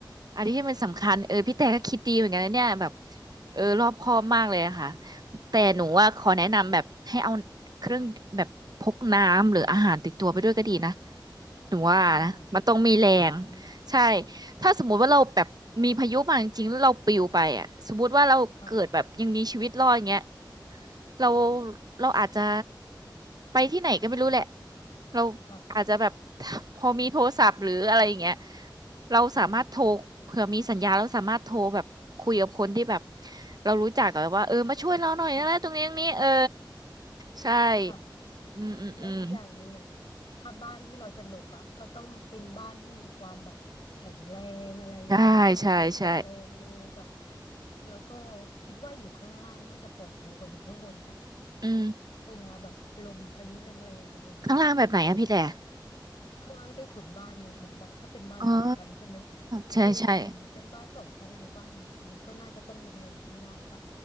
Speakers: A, on the right; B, on the left.
A: อันนี้ที่มันสำคัญเออพี่แต่ก็คิดดีเหมือนกันนะเนี่ยแบบเออรอบคอบมากเลยอะค่ะแต่หนูว่าขอแนะนำแบบให้เอาเครื่องแบบพกน้ำหรืออาหารติดตัวไปด้วยก็ดีนะหนูว่านะมันต้องมีแรง
B: ใช่ค่ะอืมอืมอืม
A: ใช่ถ้าสมมุติว่าเราแบบมีพายุมาจริงๆแล้วเราปลิวไปอ่ะสมมุติว่าเราเกิดแบบยังมีชีวิตรอดอย่างเงี้ย
B: ค่ะ
A: เราเราอาจจะไปที่ไหนก็ไม่รู้แหละเรา
B: ค่ะ
A: อาจจะแบบ <laughs> พอมีโทรศัพท์หรืออะไรอย่างเงี้ยเราสามารถโทรเผื่อมีสัญญาณเราสามารถโทรแบบคุยกับคนที่แบบ
B: ใช่
A: เรารู้จักอะว่าเออมาช่วยเราหน่อยนะตรงนี้ตรงนี้เออ
B: ค่ะ
A: ใช่
B: ค่ะ
A: อืมอืมอืม
B: แล้วอีกอย่างหนึ่งอ่ะถ้าบ้านที่เราจะหลบอ่ะก็ต้องเป็นบ้านที่มีความแบบแข็งแรงอะไรอย่างเงี้ยมั่นคงแข็งแรงเลยแบบ
A: ใช่ใช่ใช่
B: แล้วก็คิดว่าอยู่ข้างล่างน่าจะปลอดภัยกว่าอยู่ข้างบนปะ
A: อืม
B: เวลาแบบลมพายุแรงๆอะไรอย่างเงี้ย
A: ข้างล่างแบบไหนอะพี่แต่
B: ข้างล่างใต้ถุนบ้านไงเหมือนแบบถ้าเป็นบ้านสองชั้นใช่ไหม
A: อ๋อใช่ใช่
B: เออเหมือนเป็นบ้านสองชั้นหรือบ้านอะไรเงี้ยมันก็น่าจะต้องลงมาอยู่ข้างล่างปะ